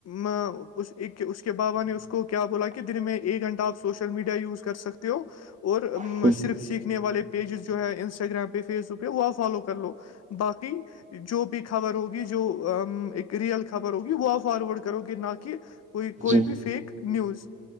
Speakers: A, on the left; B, on the right.
A: میں اس ایک کہ اس کے بابا نے اس کو کیا بولا کہ دن میں ایک گھنٹہ آپ سوشل میڈیا یوز کر سکتے ہو اور
B: بالکل
A: صرف سیخ والے پیجز جو ہے انسٹاگرام پہ فیس بک پہ وہ فالو کر لو باقی جو بھی خبر ہوگی جو ایک ریئل خبر ہوگی وہ فارورڈ کرو گے نہ کہ کوئی
B: جی
A: کوئی
B: جی
A: بھی فیک نیوز